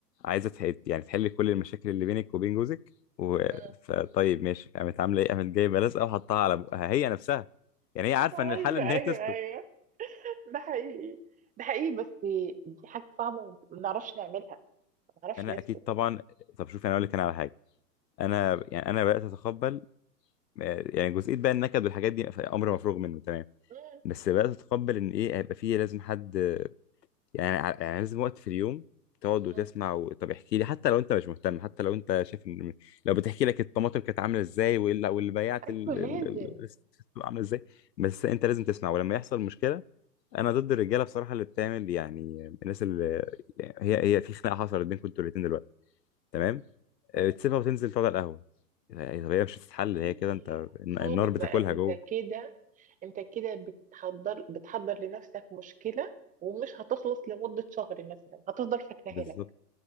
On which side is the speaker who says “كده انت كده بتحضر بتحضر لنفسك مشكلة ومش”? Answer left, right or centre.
Right